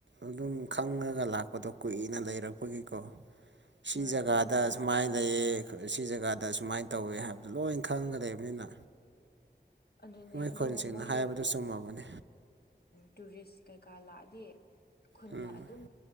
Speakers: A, on the right; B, on the left.
A: ꯑꯗꯨꯝ ꯈꯪꯉꯒ ꯂꯥꯛꯄꯗꯣ ꯀꯨꯏꯅ ꯂꯩꯔꯛꯄꯒꯤꯀꯣ꯫ ꯁꯤꯖꯒꯥꯗ
B: ꯍꯣꯏ ꯑꯗꯨꯒ
A: ꯁꯨꯃꯥꯏꯅ ꯂꯩꯌꯦ ꯁꯤ ꯖꯒꯥꯗ ꯁꯨꯃꯥꯏꯅ ꯇꯧꯋꯦ ꯍꯥꯏꯕꯗꯣ ꯂꯣꯏ ꯈꯪꯉ ꯂꯩꯕꯅꯤꯅ
B: ꯑꯗꯨꯅꯦ
A: ꯃꯣꯏꯈꯨꯟꯁꯤꯡꯅ
B: ꯑꯗꯨꯒ ꯃꯣꯏꯗꯣ
A: ꯍꯥꯏꯕꯗꯨ ꯆꯨꯝꯃꯕꯅꯤ꯫
B: ꯇꯨꯔꯤꯁ ꯀꯩꯀꯥ ꯂꯥꯛꯑꯗꯤ ꯈꯨꯟꯅ
A: ꯎꯝ
B: ꯑꯗꯨꯝ